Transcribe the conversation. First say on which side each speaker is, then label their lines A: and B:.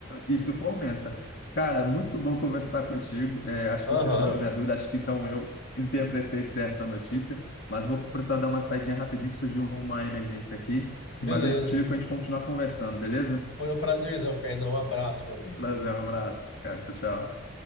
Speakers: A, on the left; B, on the left.
A: isso fomenta. Cara, muito bom conversar contigo. É, acho
B: Aham,
A: que você tirou a minha dúvida, acho que então eu interpretei certa notícia, mas eu vou precisar dar uma saidinha rapidinho que surgiu uma emergência aqui,
B: beleza.
A: mas eu te ligo para a gente continuar conversando, beleza?
B: Foi um prazerzão, Kainan. Um abraço, meu amigo.
A: Prazer, um abraço, cara. Tchau, tchau.